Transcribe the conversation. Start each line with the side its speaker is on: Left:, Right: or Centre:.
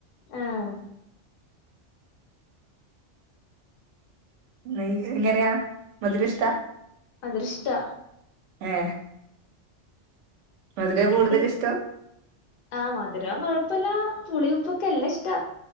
Left: ആഹ
Right: ന ഇങ്ങനെയാ മധുരഷ്ട
Left: മധുരം ഇഷ്ടാ
Right: ഏ മധുര കൂടുതൽ
Left: എനിക്ക്
Right: ഇഷ്ടം
Left: ആഹ് മധുരം കുഴപ്പമില്ല പുളി ഉപ്പൊക്കെ എല്ലാം ഇഷ്ട